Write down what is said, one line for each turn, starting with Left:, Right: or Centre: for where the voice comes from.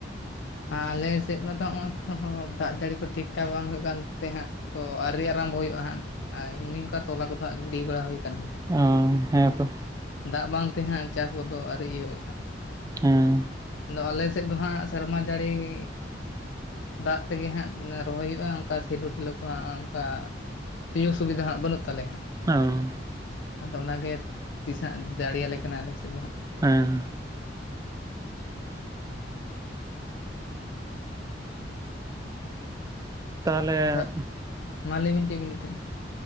Left: ᱟᱞᱮᱥᱮᱫ ᱢᱟᱛᱚ ᱦᱚᱜᱼᱚᱭ ᱛᱷᱚ ᱫᱟᱜ ᱡᱟᱹᱲᱤ ᱠᱚ ᱴᱷᱤᱠ ᱴᱷᱟᱠ ᱵᱟᱝ ᱦᱩᱭᱩᱜ ᱠᱟᱱᱛᱮ ᱦᱟᱸᱜ ᱛᱚ ᱟᱹᱣᱨᱤ ᱟᱨᱟᱢᱵᱷ ᱦᱩᱭᱩᱜᱼᱟ ᱦᱟᱸᱜ ᱟ <unintelligible> ᱱᱤᱝᱠᱟ ᱛᱚᱞᱟ ᱠᱚᱫᱚ ᱦᱟᱜ ᱜᱤᱰᱤ ᱵᱟᱲᱟ ᱦᱩᱭ ᱟᱠᱟᱱ ᱜᱮᱭᱟ ᱦᱟᱸᱜ᱾
Right: ᱚ ᱦᱮᱸ ᱛᱚ᱾
Left: ᱫᱟᱜ ᱵᱟᱝ ᱛᱮᱦᱟᱸᱜ ᱪᱟᱥ ᱠᱚᱫᱚ ᱟᱨᱤ ᱤᱭᱟᱹ ᱦᱩᱭᱩᱜᱼᱟ <inaudible> ᱦᱟᱸᱜ
Right: ᱦᱮᱸ
Left: ᱟᱫᱚ ᱟᱞᱮ ᱥᱮᱫ ᱫᱚ ᱦᱟᱸᱜ ᱥᱮᱨᱢᱟ ᱡᱟᱹᱲᱤ ᱮ ᱫᱟᱜ ᱛᱮᱜᱮ ᱦᱟᱸᱜ ᱨᱚᱦᱚᱭ ᱦᱩᱭᱩᱜᱼᱟ ᱚᱱᱠᱟ ᱥᱮᱞᱳ ᱴᱤᱞᱚ ᱠᱚ ᱦᱟᱜ ᱚᱱᱠᱟ ᱥᱤᱭᱩᱜᱽ ᱥᱩᱵᱤᱫᱷᱟ ᱦᱟᱸ ᱵᱟᱹᱱᱩᱜ ᱛᱟᱞᱮᱭᱟ᱾
Right: ᱟᱺᱣ
Left: ᱟᱫᱚ ᱚᱱᱟᱜᱮ ᱛᱤᱥᱦᱟᱜ ᱡᱟᱲᱮᱭᱟᱞᱮ ᱠᱟᱱᱟ ᱟᱞᱮ ᱥᱮᱫ ᱫᱚ ᱦᱟᱸᱜ᱾
Right: ᱦᱮᱸ ᱛᱟᱦᱚᱞᱮ
Left: ᱟᱪᱪᱷᱟ ᱢᱟ ᱞᱟᱹᱭᱵᱤᱱ ᱪᱮᱫ ᱵᱤᱱ ᱞᱟᱹᱭᱮᱫ ᱛᱟᱦᱮᱫ?